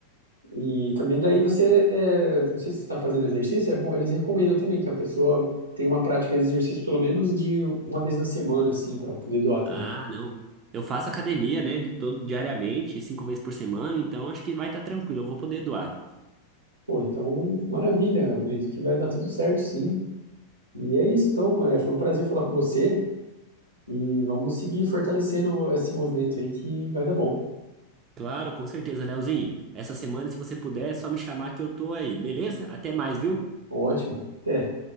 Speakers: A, on the right; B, on the right.
A: E também daí você, é, não sei se você está fazendo exercício, é bom, eles recomendam também que a pessoa tenha uma prática de exercício pelo menos de uma vez na semana, assim, para poder doar também.
B: Ah, não. Eu faço academia, né, de todo, diariamente, cinco vezes por semana, então acho que vai estar tranquilo, eu vou poder doar.
A: Pô, então, maravilha, eu acredito que vai dar tudo certo, sim. E é isso, então, é, foi um prazer falar com você e vamos seguir fortalecendo esse movimento aí que vai dar bom.
B: Claro, com certeza, Leozinho. Essa semana, se você puder, é só me chamar que eu tô aí, beleza? Até mais, viu?
A: Ótimo, até.